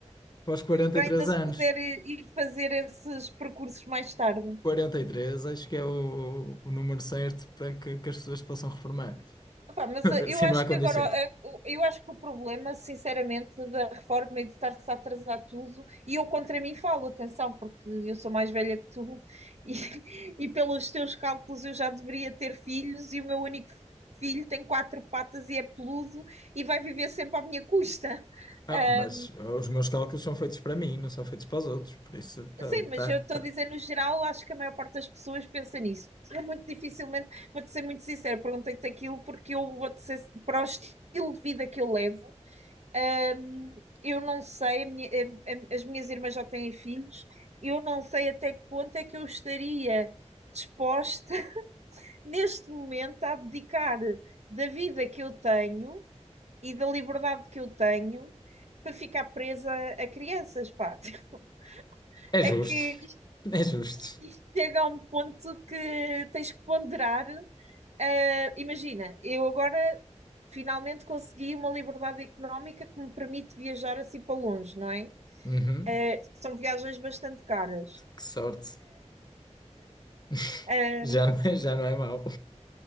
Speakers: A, on the left; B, on the right.
A: para os 43
B: Para ainda se
A: anos.
B: puder eh, ir fazer esses percursos mais tarde.
A: quarenta e três, acho que é o, o número certo para que, que as pessoas possam reformar.
B: Epá, mas
A: <laughs>
B: eh, eu
A: se
B: acho
A: não há
B: que
A: condições.
B: agora, eh, o- eu acho que o problema, sinceramente, da reforma é de estar-se a atrasar tudo, e eu contra mim falo, atenção, porque eu sou mais velha que tu, e, <laughs> e pelos teus cálculos eu já deveria ter filhos, e o meu único filho tem quatro patas e é peludo e vai viver sempre à minha custa. <laughs>
A: Ah,
B: Ah,
A: mas os meus cálculos são feitos para mim, não são feitos para os outros, por isso tá,
B: sim, mas
A: tá,
B: eu estou
A: tá.
B: a dizer, no geral, acho que a maior parte das pessoas pensa nisso. Eu muito dificilmente, vou-te ser muito sincera, perguntei-te aquilo porque eu vou-te ser, para o estilo de vida que eu levo. Ahm, eu não sei, a minha- a- a- as minhas irmãs já têm filhos, eu não sei até que ponto é que eu estaria disposta, <laughs> neste momento, a abdicar da vida que eu tenho e da liberdade que eu tenho para ficar presa a crianças, pá. <laughs>
A: É
B: É
A: justo,
B: que
A: é justo.
B: isto chega a um ponto que tens que ponderar. Eh, imagina, eu agora finalmente consegui uma liberdade económica que me permite viajar assim para longe, não é?
A: Uhum,
B: É, são viagens bastante caras.
A: Que sorte. <laughs>
B: Ah,
A: Já não é, já não é mau.